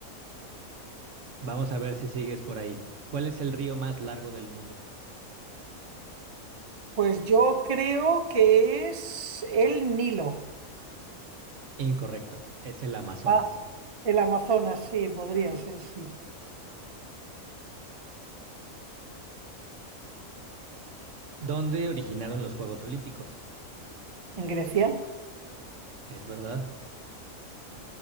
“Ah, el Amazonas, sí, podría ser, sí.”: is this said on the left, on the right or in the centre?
Right